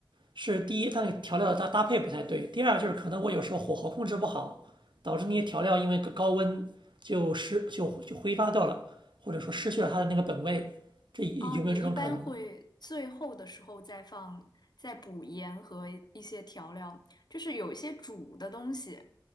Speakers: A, on the right; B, on the left.
A: 是第一，它那个调料的搭搭配不太对；第二，就是可能我有时候火候控制不好，导致那些调料因为个高温就失就就挥发掉了，或者说失去了它的那个本味。这有没有这种可能呢？
B: 哦，你一般会最后的时候再放，再补盐和一些调料，就是有一些煮的东西。